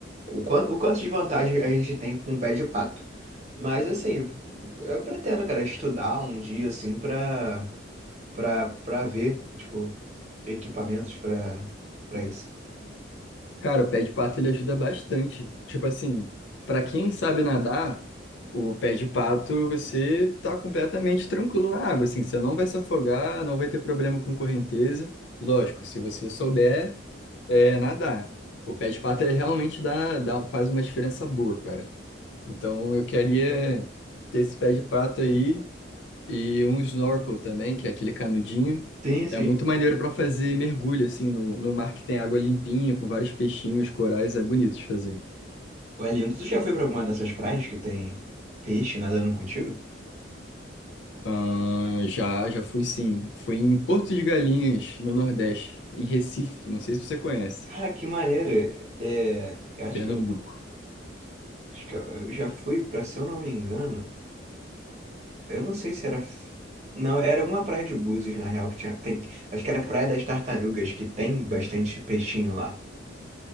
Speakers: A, on the right (about 40°); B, on the left (about 65°).
A: O quanto, o quanto de vantagem a gente tem com um pé de pato. Mas assim, eu pretendo, cara, estudar um dia, assim, pra, pra, pra ver, tipo. equipamentos pra para isso.
B: Cara, o pé de pato ele ajuda bastante. Tipo assim, pra quem sabe nadar, o pé de pato você tá completamente tranquilo na água, assim, você não vai se afogar, não vai ter problema com correnteza. Lógico, se você souber é, nadar. O pé de pato ele realmente dá, dá, faz uma diferença boa, cara. Então eu queria ter esse pé de pato aí. E um snorkel também, que é aquele canudinho.
A: Sim, sim.
B: É muito maneiro para fazer mergulho, assim, no, no mar que tem água limpinha, com vários peixinhos, corais, é bonito de fazer.
A: Ué, lindo, tu já foi pra alguma dessas praias que tem peixe nadando contigo?
B: Ahn, já, já fui sim. Fui em Porto de Galinhas, no Nordeste, em Recife, não sei se você conhece,
A: Cara, que maneiro. É, eu acho
B: Pernambuco.
A: que eu, acho que eu eu já fui pra, se eu não me engano, eu não sei se era. F- Não, era alguma praia de Búzios, na real, que tinha. Tem, acho que era Praia das Tartarugas, que tem bastante peixinho lá.